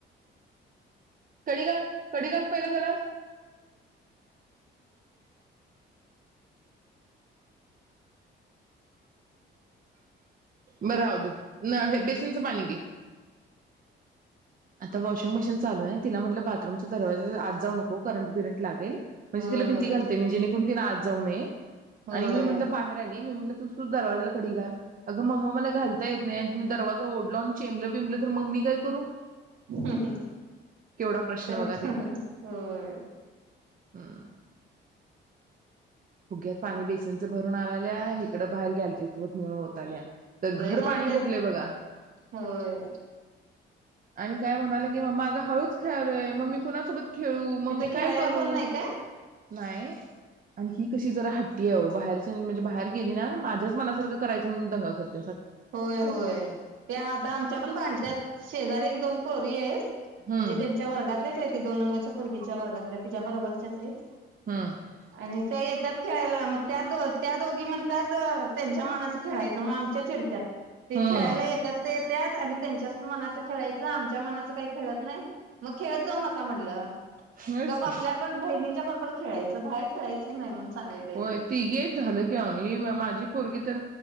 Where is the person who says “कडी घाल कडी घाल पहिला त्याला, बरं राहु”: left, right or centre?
Right